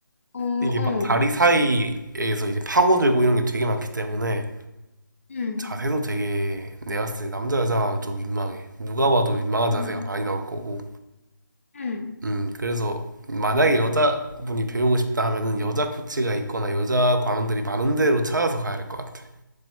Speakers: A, on the left (about 40°); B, on the right (about 60°).
A: 어,
B: 이게
A: 어,
B: 막 다리 사이에서 이제 파고들고 이런 게 되게 많기 때문에
A: 응,
B: 자세도 되게 내가 봤을 때 남자 여자가 좀 민망해. 누가 봐도 민망한 자세가
A: 응,
B: 많이 나올 거고.
A: 응.
B: 음, 그래서 만약에 여자분이 배우고 싶다 하면은 여자 코치가 있거나 여자 관원들이 많은 데로 찾아서 가야 할 것 같아.